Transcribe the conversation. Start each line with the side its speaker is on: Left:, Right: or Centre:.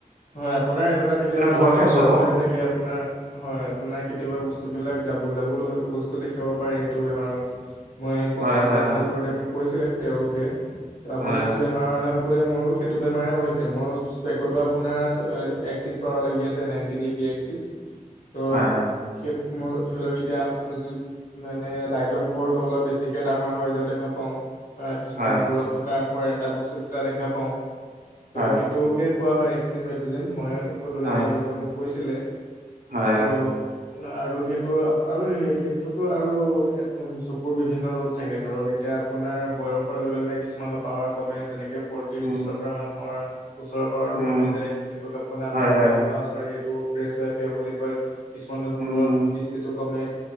Left: হয় আপোনাৰ এনেকুৱা কেতিয়াবা
Right: ভয় খাইছো আকৌ
Left: হয় চাগে আপোনাৰ হয় আপোনাৰ কেতিয়াবা বস্তুবিলাক ডাবুল ডাবুল বস্তু দেখাব পাৰে সেইটো বেমাৰত মই কন
Right: হয়
Left: মই
Right: হয়
Left: কনচাল্ট কৰোতে মোক কৈছিলে তেওঁলোকে ত আপুনি
Right: হয়
Left: যিটো
Right: হয়
Left: বেমাৰৰ নাম মোৰো সেইটো বেমাৰে হৈছে মোৰ <unintelligible> আপুনি আপোনাৰ এক্সিছ পাৱাৰ লাগি আছে নাইনটি ডিগ্ৰী এক্সিছ ত'
Right: হয়
Left: মোৰ ধৰি লওক এতিয়াি মানে লাইটৰ পোহৰটো অলপ বেছিকে ডাঙৰ হৈ যায় দেখা পাওঁ অ কিছুমান
Right: হয় হয়
Left: দূৰত থকা এটা বস্তুতো দুটা দেখা পাওঁ ত'
Right: হয় হয়
Left: সেইটোকে কোৱা হয় এক্স- চিমটোজেম মই সধোতে
Right: হয়
Left: তেওঁলোকে মোক কৈছে ছিলে
Right: হয়
Left: তো
Right: হয়
Left: আৰু সেইটো আৰু সেইটোতো আৰু উ চকুৰ বিভিন্ন ৰোগ থাকে ধৰক এতিয়া আপোনাৰ বয়সৰ লগে লগে কিছুমানৰ পাৱাৰ কমে যেনেকে ফৰ্তিৰ
Right: উম
Left: পিছৰ পৰা মানুহৰ ওচৰ পাৰত
Right: উম,
Left: কমি যায় এইটোক আপোনাৰ
Right: হয়,
Left: বিষয়
Right: হয়, হয়,
Left: অঁ চৰি এইটো প্ৰেচ বিয় বুলি কয় কিছুমানৰ
Right: উম।
Left: দূৰত দৃষ্টিটো কমে